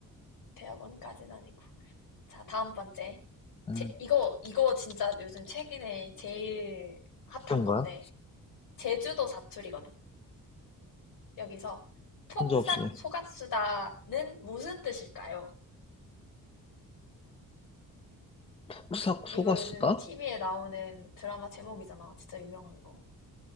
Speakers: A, on the left; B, on the left.
A: 대학원까지는 아니고. 자, 다음 번째.
B: 응.
A: 제, 이거, 이거 진짜 요즘 최근에 제일 핫한
B: 그런
A: 건데.
B: 거야?
A: 제주도 사투리거든. 여기서 폭삭
B: 혼자 없어.
A: 속았수다는 무슨 뜻일까요?
B: 폭삭 속았수다?
A: 이거 요즘 TV에 나오는 드라마 제목이잖아. 진짜 유명한 거.